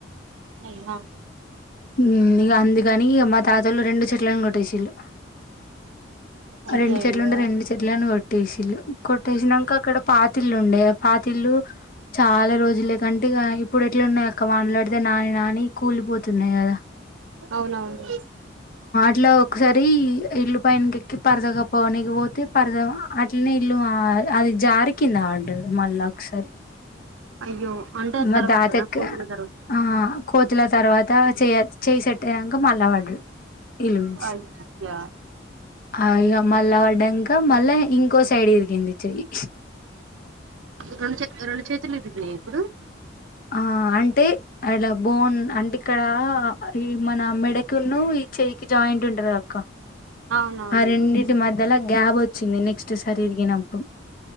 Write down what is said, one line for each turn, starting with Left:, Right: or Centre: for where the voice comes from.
Right: అయ్యో
Left: ఊ ఇగ అందుకని ఇగ మా తాతొల్లు రెండు చెట్లలను కొట్టేసిళు
Right: అయ్యో
Left: రెండు చెెట్లు
Right: అయ్యో
Left: ఉండే రెండు చెెట్లను కొట్టేశిలు కొట్టేసినంక అక్కడ పాతిల్లు ఉండే పాతిల్లు చాలా రోజులే కంటే ఇగ ఇప్పుడు ఎట్ల ఉన్నయి అక్క వనలాడితే నాని నాని కూల్ తున్నయి గదా
Right: అవునవును
Left: ఇట్ల ఒకసారి ఇల్లు పైనకి ఎక్కి పరదగప్పవానికి పోతే పరద అట్లనే ఇల్లు అది జారికింద పడ్డారు మళ్ళా ఒకసారి
Right: అయ్యో అంటే
Left: మ
Right: తర్వాత
Left: తాతక్
Right: నా కోతుల తర్వాత
Left: ఆ కోతుల తర్వాత చే చేసేట్టు అయంక మల్ల పడ్డాడ్ ఇలివంచి
Right: అయ్యా
Left: ఆ ఇక మళ్ళీ పడ్డంక క మళ్ళా ఇంకో సైడ్ ఇరిగింది చెయ్యి
Right: రెండు చే రెండు చేతులు ఇరిగినియి ఇప్పుడు
Left: ఆ అంటే అలా బోన్ అంటే ఇక్కడ ఈ మన మెడకున్న ఈ చెయకిి జాయింట్ ఉంటది అక్క
Right: అవునవును
Left: ఆ రెండింటి మధ్యలో గ్యాబ్ వచ్చింది నెక్స్ట్ సారి ఇరిగినప్పుడు